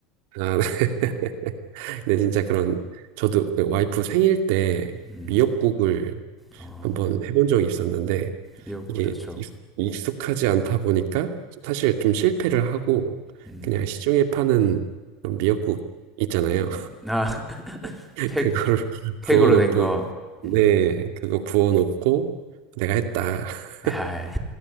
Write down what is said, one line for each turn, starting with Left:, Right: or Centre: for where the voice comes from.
Right: 아, <laughs> 근데 진짜 그런, 저도 그 와이프 생일 때
Centre: 음,
Right: 미역국을
Centre: 어,
Right: 한번 해본 적이 있었는데,
Centre: 미역국
Right: 이게
Centre: 좋죠.
Right: 익- 익숙하지 않다 보니까 사실 좀 실패를 하고
Centre: 음,
Right: 그냥 시중에 파는 그런 미역국 있잖아요.
Centre: 음, 나
Right: <laughs>
Centre: 팩,
Right: 그거를
Centre: 팩,
Right: <laughs>
Centre: 팩으로
Right: 부어놓고
Centre: 된 거. 음,
Right: 네 그거 부어놓고 내가 했다 <laughs>
Centre: 아,